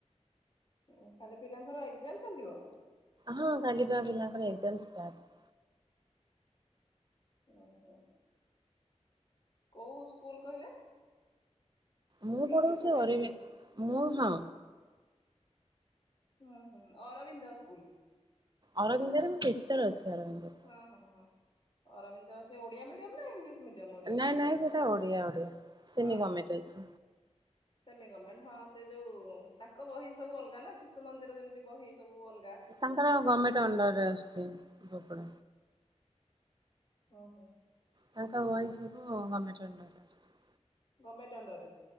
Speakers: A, on the left (about 45°); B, on the right (about 35°).
A: ଓ କାଲି ପିଲାଙ୍କର ଏକଜାମ ଚାଲିବ?
B: ହଁ କାଲି ପା ପିଲାଙ୍କର ଏକଜମ୍ ଷ୍ଟାର୍ଟ।
A: ଉଁ ହୁଁ। କୋଉ ସ୍କୁଲ କହିଲେ?
B: ମୁଁ
A: ଇଂଲିଶ
B: ପଢଉଛି
A: ମିଡିୟମ
B: ଅରବିନ୍ଦ
A: ସ୍କୁଲ
B: ମୁଁ ହଁ।
A: ହୁଁ ହୁଁ ଅରବିନ୍ଦ ସ୍କୁଲ?
B: ଅରବିନ୍ଦରେ ମୁଁ ଟିଚର ଅଛି ଅରବିନ୍ଦରେ।
A: ହଁ ହଁ ହଁ ଅରବିନ୍ଦ ସେ ଓଡ଼ିଆ ମିଡିୟମ ନା ଇଂଲିସି ମିଡ଼ିଅମ ଅରବିନ୍ଦ
B: ନାଇଁ ନାଇଁ
A: ଟା
B: ସେଟା ଓଡିଆ ଓଡିଆ ସେମି
A: ହ
B: ଗମେଣ୍ଟ
A: ହଁ।
B: ଅଛି
A: ସେମି ଗମେଣ୍ଟ ହଁ ସେ ଯୋଉ ତାଙ୍କ ବହି ସବୁ ଅଲଗା ଶିଶୁ ମନ୍ଦିର ଯେମତି ବହି ସବୁ ଅଲଗା
B: ତାଙ୍କର ଗମେଣ୍ଟ ଅଣ୍ଡରରେ ଆସୁଚି ଉପକୁ
A: ଓହୋ।
B: ତାଙ୍କ ବହି ସବୁ ଗମେଣ୍ଟ ଅଣ୍ଡରେ ଅସୁଚି।
A: ଗମେଣ୍ଟ ଅଣ୍ଡର